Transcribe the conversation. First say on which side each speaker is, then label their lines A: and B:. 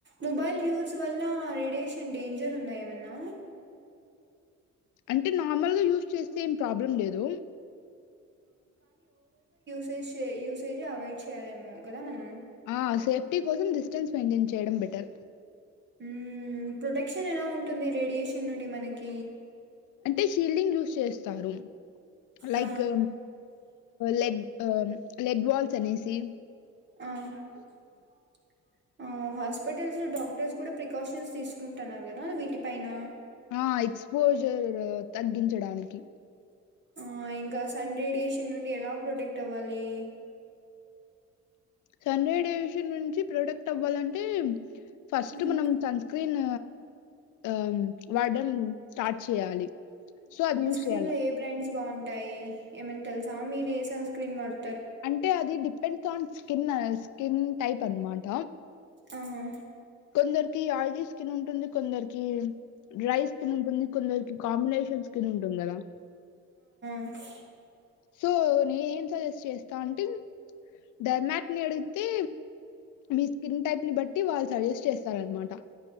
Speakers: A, on the right; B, on the left.
A: మొబైల్ యూస్ వల్ల రేడియేషన్ డేంజర్ ఉందా ఏమన్నా
B: అంటే నార్మల్‌గా యూస్ చేస్తే ఏం ప్రాబ్లం లేదు
A: యూసే యూసేజే అవాయిడ్ చేయాలేమో కదా మనం
B: ఆ సేప్ టి కోసం డిస్టెన్స్ మెయింటైన్ చేయడం బెటర్
A: ఉహ్ ప్రొటెక్షన్ ఎలా ఉంటుంది రేడియేషన్ నుండి మనకి
B: అంటే షీల్డింగ్ యూస్ చేస్తారు లైక్ల
A: ఆ
B: లెడ్ ఉహ్ లెడ్ బాల్ చెనేసి
A: ఆ ఆ హస్ హాస్పిటల్స్ డాక్టర్స్ కూడా ప్రికాషన్స్ తీసుకుంటున్నారు కదా వీటిపైన
B: ఆ ఎక్స్పోజర్ తగ్గి ఇవాడానికి
A: ఆ ఇంకా సన్ రేడియేషన్ నుండి ఎలా ప్రొటెక్ట్ అవ్వాలి
B: సన్ రేడియేషన్ నుంచి ప్రొడక్ట్ అవ్వాలంటే ఫస్ట్
A: హ్మ్.
B: మనం సన్ స్క్రీన్ ఉహ్ వాడడం స్టార్ట్ చేయాలి సో అది
A: అందులో
B: చేయాలి.
A: ఏ బ్రాండ్స్ బాగుంటాయి ఏమన్నా తెలుసా మీరు ఏ సన్ స్క్రీన్ వర్డ్
B: అంటే అది depends on skin skin type అనమాట
A: ఆహా
B: కొందరికి ఆయిలీ స్కిన్ ఉంటుంది కొందరికి డ్రై స్కిన్ ఉంటుంది కొందరికి కాంబినేషన్ స్కిన్ ఉంటుంది కదా
A: అ <unintelligible>
B: సో నే ఏం సజెస్ట్ చేస్తా అంటే డర్మాక్ ని అడిగితే మీ స్కిన్ టైప్ ని బట్టి వాళ్ళు సజెస్ట్ చేస్తారనమాట.